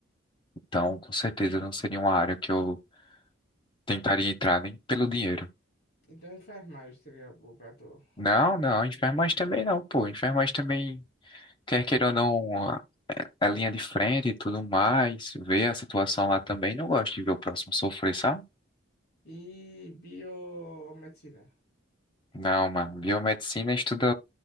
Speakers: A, on the left; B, on the left.
A: Então, com certeza, não seria uma área que eu tentaria entrar nem pelo dinheiro.
B: Então, enfermagem seria boa pra tu.
A: Não, não, enfermagem também não, pô. Enfermagem também, quer queira ou não, a- é linha de frente e tudo mais. Ver a situação lá também, não gosto de ver o próximo sofrer, sabe?
B: E biomedicina.
A: Não, mano, biomedicina estuda